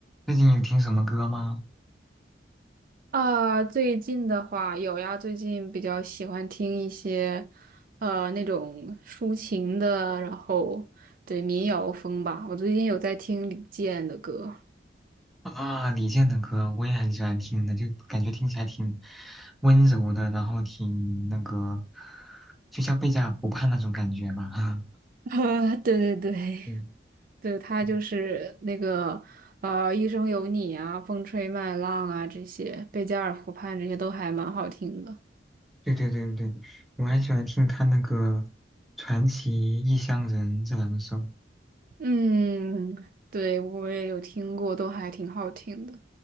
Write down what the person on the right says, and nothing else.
啊，最近的话有呀，最近比较喜欢听一些，呃，那种抒情的，然后对民谣风吧。我最近有在听李健的歌，
<laughs> 啊，对对对，
<laughs> 对，他就是那个，
呃，《一生有你》啊，《风吹麦浪》啊，这些《贝加尔湖畔》这些都还蛮好听的。
嗯，对，我也有听过，都还挺好听的。